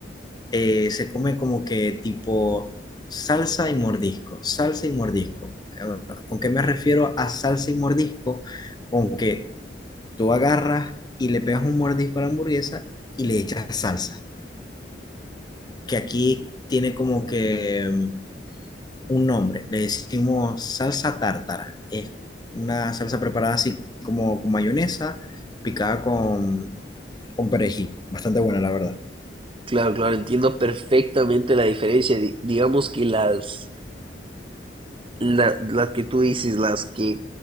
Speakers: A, on the left; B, on the right.
A: eh, se come como que tipo salsa y mordisco, salsa y mordisco. Eh, ¿Con qué me refiero a salsa y mordisco? Con que tú agarras y le pegas un mordisco a la hamburguesa y le echas salsa, que aquí tiene como que mm, un nombre, le decimos salsa tártara. Es una salsa preparada así como con mayonesa, picada con, con perejil. Bastante buena, la verdad.
B: Claro, claro, entiendo perfectamente la diferencia. Di- digamos que las, la, las que tú dices, las que